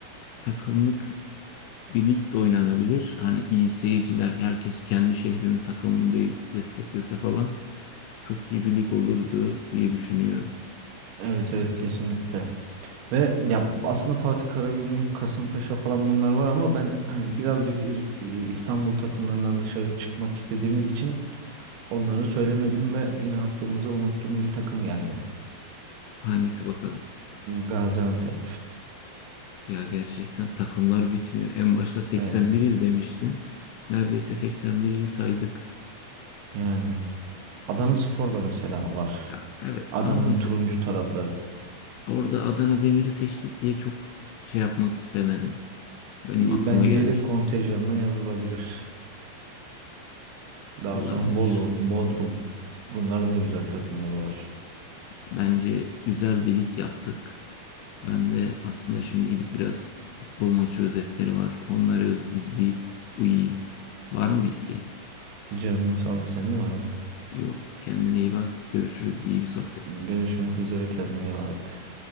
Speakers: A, on the left; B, on the right.
A: takımlık bir lig de oynanabilir. Hani iyi seyirciler, herkes kendi şehrinin takımını de- desteklese falan çok iyi bir lig olurdu diye düşünüyorum.
B: Evet evet kesinlikle. Ve ya aslında Fatih Karagümrük, Kasımpaşa falan bunlar var ama ben hani birazcık İz- e, İstanbul takımlarından dışarı çıkmak istediğimiz için onları söylemedim ve yine aklımıza unuttuğum bir takım geldi.
A: Hangisi bakalım?
B: Gaziantep.
A: Ya gerçekten takımlar bitmiyor. En başta 81
B: Evet.
A: il demiştin. Neredeyse 81 il saydık.
B: Yani Adanaspor da mesela var.
A: Ya, evet
B: Adana'nın
A: ama mesela
B: turuncu tarafı.
A: orada Adana Demir'i seçtik diye çok şey yapmak istemedim. Benim
B: Y-
A: aklıma
B: Bence
A: gelmişti.
B: yedek kontenjanına yazılabilir. Daha
A: Olabilir.
B: sonra Bolu, Bodrum. Bunların da güzel takımları var.
A: Bence güzel bir lig yaptık. Ben de aslında şimdi gidip biraz futbol maçı özetleri var. Onları öz- izleyip uyuyayım. Var mı bir isteğin?
B: Canının sağlığı senin var mı?
A: Yok. Kendine iyi bak. Görüşürüz. İyi bir sohbetti.
B: Görüşmek üzere kendine iyi bak.